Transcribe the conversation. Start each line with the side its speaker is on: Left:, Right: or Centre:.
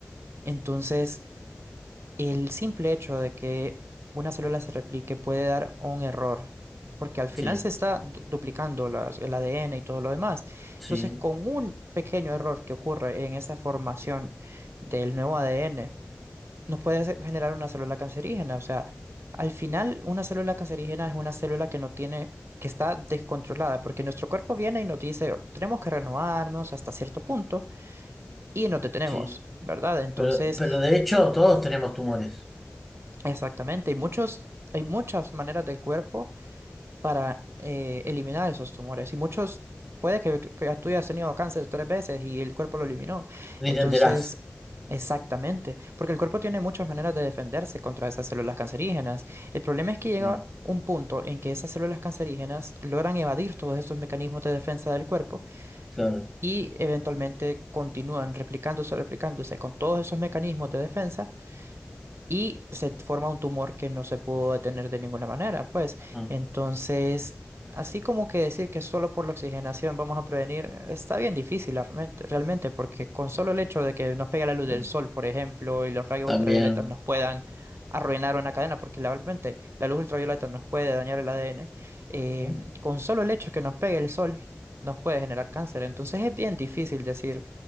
Right: Entonces, el simple hecho de que una célula se replique puede dar un error, porque al final
Centre: Sí,
Right: se está du- duplicando las- el ADN y todo lo demás.
Centre: sí,
Right: Entonces, con un pequeño error que ocurre en esa formación del nuevo ADN, nos puede se- generar una célula cancerígena. O sea, al final, una célula cancerígena es una célula que no tiene, que está descontrolada, porque nuestro cuerpo viene y nos dice, tenemos que renovarnos hasta cierto punto y nos detenemos,
Centre: sí.
Right: ¿verdad? Entonces...
Centre: Pero, pero de hecho todos tenemos tumores.
Right: Exactamente, hay muchos, hay muchas maneras del cuerpo para eh, eliminar esos tumores y muchos, puede que, que tú hayas tenido cáncer tres veces y el cuerpo lo eliminó.
Centre: Ni
Right: Entonces,
Centre: te enterás.
Right: exactamente, porque el cuerpo tiene muchas maneras de defenderse contra esas células cancerígenas. El problema es que llega
Centre: Sí,
Right: un punto en que esas células cancerígenas logran evadir todos estos mecanismos de defensa del cuerpo
Centre: claro.
Right: y eventualmente continúan replicándose, replicándose con todos esos mecanismos de defensa y se forma un tumor que no se pudo detener de ninguna manera, pues.
Centre: Ajá,
Right: Entonces, así como que decir que solo por la oxigenación vamos a prevenir, está bien difícil realmente, realmente, porque con solo el hecho de que nos pegue la luz
Centre: sí.
Right: del sol, por ejemplo, y los rayos
Centre: También.
Right: ultravioletas nos puedan arruinar una cadena, porque la- realmente la luz ultravioleta nos puede dañar el ADN, eh,
Centre: ¿Mm?
Right: con solo el hecho que nos pegue el sol nos puede generar cáncer. Entonces es bien difícil decir